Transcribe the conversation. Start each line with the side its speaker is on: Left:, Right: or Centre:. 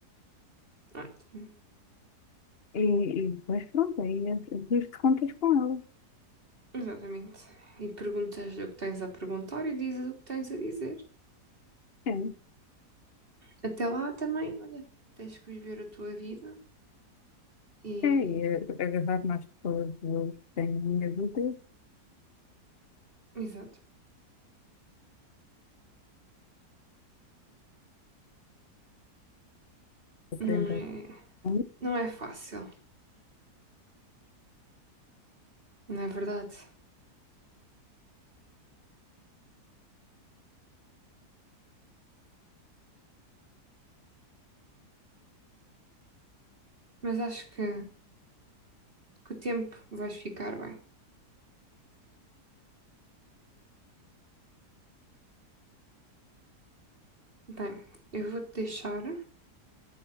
Right: Ah, tem.
Left: e, e depois pronto, aí as as contas com ela.
Right: Exatamente. E perguntas-lhe o que tens a perguntar e dizes o que tens a dizer.
Left: É,
Right: Até lá também, olha, tens que viver a tua vida E,
Left: é, é agarrar mais pessoas que eu tenho na minha vida,
Right: exato,
Left: aprendo
Right: não é,
Left: a
Right: não é fácil, não é verdade? Mas acho que com o tempo vais ficar bem. Bem, eu vou-te deixar.